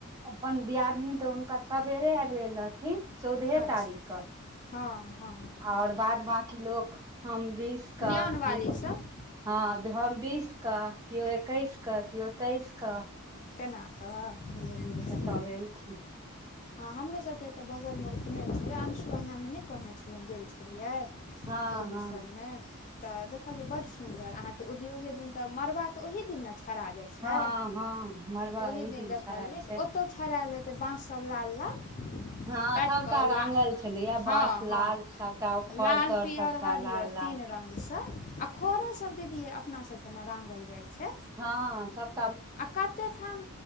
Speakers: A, on the right; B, on the left.
A: अपन दियादनी तऽ हुनकर सबेरे आबि गेल रहथिन चौदहे
B: अच्छा
A: तारीखक
B: हँ हँ
A: और बाद बाकी लोक हम बीस क
B: लिअनवाली
A: नीत
B: सब
A: हँ हम बीस कऽ केओ एकैस कऽ केओ तेइस कऽ
B: तेनाक धीरे धीरे से
A: सब एलखिन
B: हँ हमरोसभके एतऽ बगलमे उपनयन छलै अंशु अंगनामे नहि कहने छलहुँ गेल छलियै
A: हँ
B: तऽ ओहि
A: हँ
B: सभमे तऽ देखलिये बड सुदर अहाँ के उद्योगे दिन तऽ मड़बा तऽ ओहि दिन ने छड़ा जाय छै
A: हँ हँ मड़बा
B: तऽ ओहि दिन देखलियै
A: छोड़ाइ छै
B: तऽ ओतहु छड़ैल हेतै बाँस सब लाल लाल
A: हँ
B: काटि
A: सभटा
B: कऽ
A: रांगल
B: ला
A: छलैया
B: हँ
A: बाँस लाल
B: हँ
A: सभटा खर
B: लाल,
A: तर
B: पियर,
A: सभटा
B: हरियर
A: लाल लाल
B: तीन रंगसँ आ खरो सब दीदी यै अपना सबके ने रांगल जाइ छै
A: हँ सब
B: आ कते ठाम